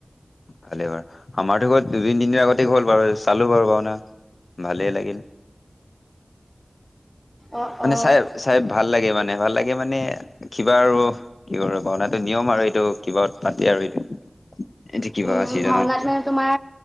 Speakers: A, on the left; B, in the centre.
A: ভাল হয় আমাৰ ত দু-দিন <unintelligible> দিন, দি আগত হ'ল বাৰু চালো বাৰু পাওনা <unintelligible> ভালেই লাগিল।
B: অ',
A: মানে
B: অ',
A: চাহেব, চাহেব ভাল লাগে মানে ভাল লাগে। <unintelligible> গে মানে কিবা আৰু কি কৰে, ভাওনাটো নিয়ম আৰু। এইটো কিবা পাতি আৰু এইটো। <unintelligible> কিবা
B: উম
A: চিজনত
B: ভাওনাত মানে তোমাৰ